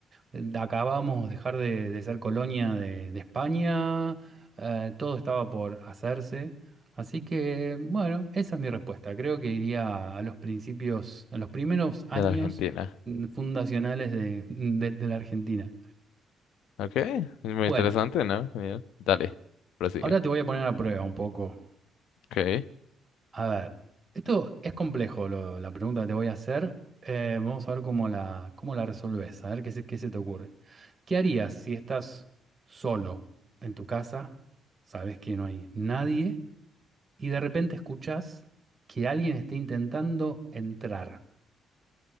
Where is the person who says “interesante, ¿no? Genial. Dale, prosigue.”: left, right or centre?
Left